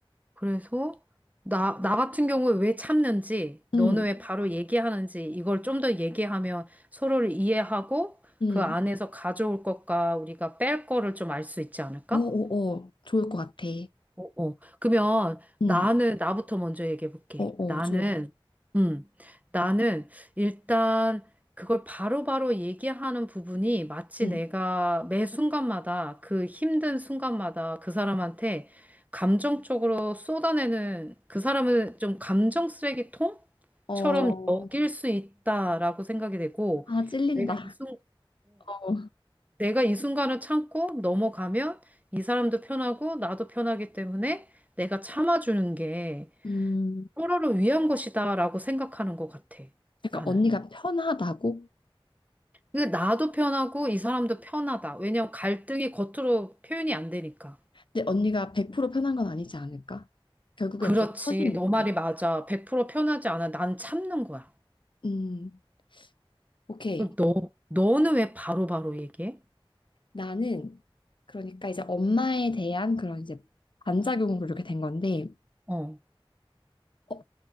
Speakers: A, on the right; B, on the left.
A: 그래서 나, 나 같은 경우에 왜 참는지, 너는
B: 음,
A: 왜 바로 얘기하는지, 이걸 좀 더 얘기하면 서로를 이해하고
B: 음.
A: 그 안에서 가져올 것과 우리가 뺄 거를 좀 알 수 있지 않을까?
B: 어, 어, 어, 좋을 것 같아.
A: 어, 어. 그러면
B: 응,
A: 나는 나부터 먼저 얘기해 볼게.
B: 어, 어,
A: 나는
B: 좋아.
A: 음. 나는 일단 그걸 바로바로 얘기하는 부분이 마치
B: 응.
A: 내가 매 순간마다 그 힘든 순간마다 그 사람한테 감정적으로 쏟아내는 그 사람을 좀 감정 쓰레기통처럼
B: 어,
A: 여길 수 있다라고 생각이 되고
B: 아, 찔린다.
A: 내가 이 순간
B: 어.
A: 내가 이 순간을 참고 넘어가면 이 사람도 편하고 나도 편하기 때문에 내가 참아주는 게
B: 음,
A: 서로를 위한 것이다라고 생각하는 것 같아.
B: 약간
A: 나는.
B: 언니가 편하다고?
A: 근데 나도 편하고 이 사람도 편하다. 왜냐면 갈등이 겉으로 표현이 안 되니까.
B: 근데 언니가 100% 편한 건 아니지 않을까? 결국엔
A: 그렇지.
B: 어차피 터지니까.
A: 너 말이 맞아. 100% 편하지 않아. 난 참는 거야.
B: 음, 오케이.
A: 그럼 너, 너는 왜 바로바로 얘기해?
B: 나는, 그러니까 이제 엄마에 대한 그런 이제 반작용으로 이렇게 된 건데,
A: 어,
B: 어,